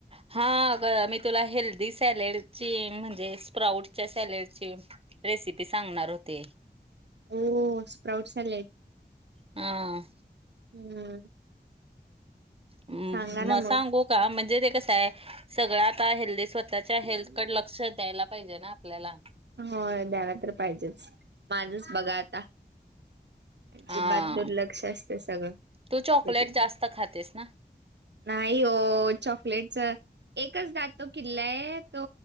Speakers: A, on the right (about 35°); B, on the right (about 85°).
A: हा, अगं मी तुला हेल्दी सॅलेडची, म्हणजे स्प्राउटच्या सॅलेडची, रेसिपी सांगणार होते.?
B: हो, स्प्राऊट सॅलेड.
A: हां.?
B: हम्म.
A: हम्म,
B: सांगा ना
A: मग सांगू का म्हणजे ते कसं आहे, सगळं आता हेल्दी, स्वतःच्या हेल्थकडे लक्ष द्यायला पाहिजे ना आपल्याला.
B: होय, द्यायला तर पाहिजेच, माझंच बघा आता.?
A: हा
B: जिमात दुर्लक्ष असतं सगळं,
A: तू चॉकलेट
B: तब्येतीकडे.
A: जास्त खातेस ना
B: नाही ओ, चॉकलेट चऽ एकच दा तो किल्लाय, तो